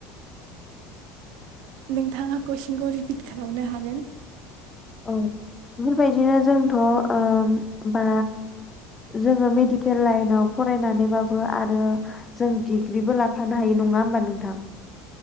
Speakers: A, on the right; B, on the left.
A: नोंथाङा कुइसनखौ रिपिट खालामनो हागोन
B: औ बेफोरबायदिनो जोंथ ओ बा जोङो मेडिकेल लाइनाव फरायनानैबाबो आरो जों डिग्रिबो लाफानो हायो नङा होमबा नोंथां